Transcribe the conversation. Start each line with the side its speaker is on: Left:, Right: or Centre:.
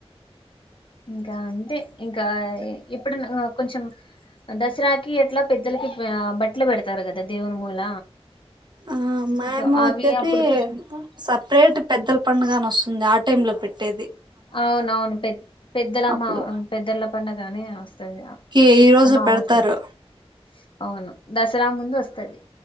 Left: ఇంకా అంటే ఇంకా ఎప్పుడునా కొంచెం దసరాకి ఎట్లా పెద్దలకి బట్టలు పెడతారు కదా దేవుని మూల
Right: ఆ మ్యాము
Left: సో అవి
Right: వచ్చేసి
Left: అప్పుడు
Right: సపరేట్ పెద్దల పడుగని వస్తుంది ఆ టైమ్ లో పెట్టి పట్టేది
Left: అవున అవును పె పెద్దలమ్మ
Right: అప్పుడు
Left: పెద్దళ్ల పండగాని వ
Right: కి ఈ రోజు
Left: అమావాస్యకి
Right: పెడతారు
Left: అవును దసరా ముందు వస్తది